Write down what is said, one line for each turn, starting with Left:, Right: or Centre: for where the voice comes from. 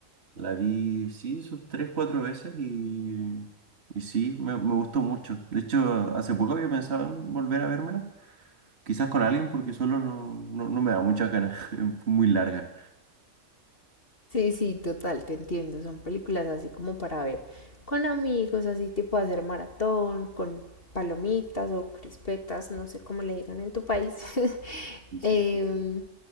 Right: la vi, sí, sus tres, cuatro veces y, y sí, me, me gustó mucho. De hecho, hace poco había pensado en volver a vérmela, quizás con alguien porque solo no, no, no me da muchas ganas, <laughs> es muy larga.
Left: Sí, sí, total, te entiendo. Son películas así como para ver con amigos, así tipo hacer maratón, con palomitas o crispetas, no sé cómo le digan en tu país. <laughs>
Right: Sí, sí,
Left: Em,
Right: sí.